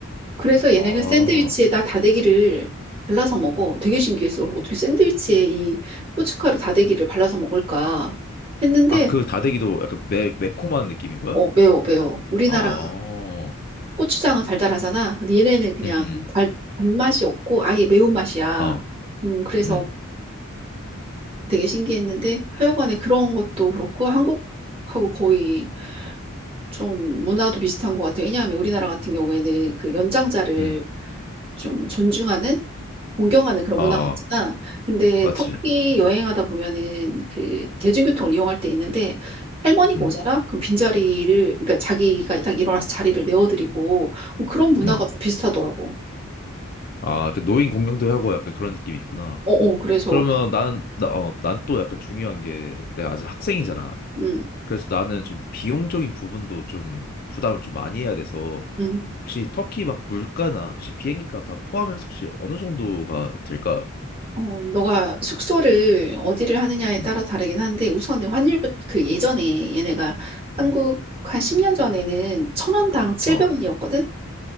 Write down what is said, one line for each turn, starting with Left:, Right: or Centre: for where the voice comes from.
Right: 그래서 얘네는
Left: 아.
Right: 샌드위치에다 다대기를 발라서 먹어. 되게 신기했어. 어떻게 샌드위치에 이 고춧가루 다대기를 발라서 먹을까 했는데,
Left: 아, 그 다대기도 약간 매, 매콤한 느낌인 거야?
Right: 어, 매워, 매워. 우리나라
Left: 아.
Right: 고추장은 달달하잖아. 근데 얘네는 그냥
Left: 음.
Right: 달, 단맛이 없고 아예 매운맛이야.
Left: 음. 어.
Right: 음, 그래서
Left: 음.
Right: 되게 신기했는데, 하여간에 그런 것도 그렇고, 한국하고 거의 좀 문화도 비슷한 것 같아요. 왜냐하면 우리나라 같은 경우에는 그 연장자를
Left: 음.
Right: 좀 존중하는 공경하는 그런
Left: 아,
Right: 문화가 있잖아. 근데
Left: 맞지.
Right: 터키 여행하다 보면은 그 대중교통을 이용할 때 있는데 할머니가
Left: 음.
Right: 오잖아? 그럼 빈자리를, 그러니까 자기가 딱 일어나서 자리를 내어드리고 뭐 그런 문화가
Left: 음.
Right: 좀 비슷하더라고.
Left: 아, 그 노인 공경도 하고 약간 그런 느낌이 있구나.
Right: 어, 어, 그래서,
Left: 그러면 나는 나, 어, 난 또 약간 중요한 게 내가 아직 학생이잖아.
Right: 음,
Left: 그래서 나는 좀 비용적인 부분도 좀 부담을 좀 많이 해야 돼서
Right: 음.
Left: 혹시 터키 막 물가나 혹시 비행기 값 다 포함해서 혹시 어느 정도가 될까?
Right: 어, 너가 숙소를 어디를 하느냐에 따라
Left: 음,
Right: 다르긴 한데 우선은 환율부터 그 예전에 얘네가 한국
Left: 음,
Right: 한 10년 전에는 천 원당 700원이었거든?
Left: 어,